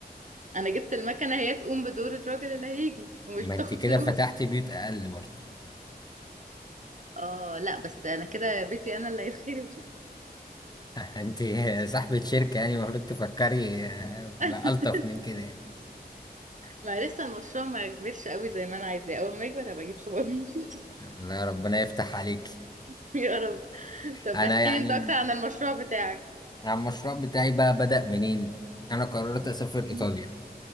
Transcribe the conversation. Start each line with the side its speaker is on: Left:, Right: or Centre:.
Right: انا جبت المكنة هي تقوم بدور الراجل اللي هيجي ومش
Left: ما
Right: بتاخد
Left: انت كده
Right: فلوس
Left: فتحت بيوت اقل برضه
Right: اه لا بس انا كده بيتي انا اللي هيتخرب
Left: <laughs> انت صاحبة شركة يعني المفروض تفكري آه، بألطف
Right: <laughs>
Left: من كده يعني.
Right: ما لسه المشروع ما كبرش قوي زي ما انا عايزاه اول ما يكبر هبقى اجيب سوبر ماركت
Left: لا ربنا يفتح عليك
Right: <laughs> يا رب طب
Left: انا
Right: احكي
Left: يعني
Right: لي انت اكتر عن المشروع بتاعك
Left: على المشروع بتاعي بقى بدأ منين انا قررت
Right: <laughs>
Left: اسافر ايطاليا